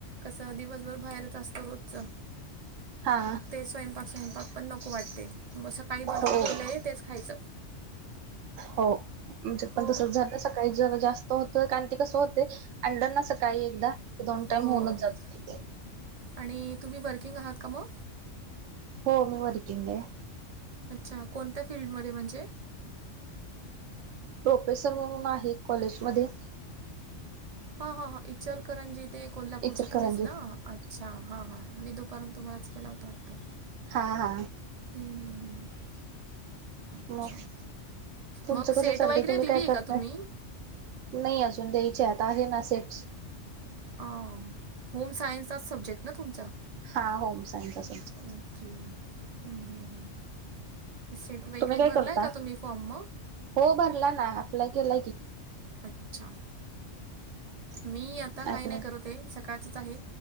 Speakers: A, on the right; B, on the right.
A: कसं दिवसभर बाहेरच असतो रोजच
B: हा
A: ते स्वयंपाक स्वयंपाक पण नको वाटते मग सकाळी बनवून
B: हो
A: ठेवलं आहे तेच खायच.
B: हो म्हणजे पण
A: हो
B: तस झाल सकाळी जरा जास्त होत कारण ते कसं होते. आनलना सकाळी एकदा की दोन टाइम
A: हो
B: होऊनच जाते ते.
A: आणि तुम्ही वर्किंग आहात का मग?
B: हो मी वर्किंग आहे.
A: अच्छा कोणत्या फिल्ड मध्ये म्हणजे?
B: प्रोफेसर म्हणून आहे कॉलेजमध्ये.
A: हा, हा, हा इचलकरंजी ते कोल्हापूरचे
B: इचलकरंजी
A: तुम्हीच ना अच्छा हा, हां मी दुपर्यंत तुम्हालाच केला होता वाटतं.
B: हा हा.
A: हम्म, हम्म, हम्म. अच्छा
B: मग तुमचं
A: मग
B: कसं
A: सेट
B: चाललंय
A: वगैरे
B: तुम्ही
A: दिली
B: काय
A: आहे
B: करताय
A: का तुम्ही?
B: नाही अजून द्यायचे आता आहे. ना सेट्स
A: होम सायन्सचाच सब्जेक्ट ना तुमचा
B: हा home science
A: okay hmm hmm set वगैरे
B: तुम्ही काय
A: भरलाय
B: करता
A: का? तुम्ही फॉर्म मग..
B: हो भरला ना अप्लाय केलाय की.
A: अच्छा. मी आ आता काही
B: अप्लाय
A: नाही करत ते सकाळचच आहे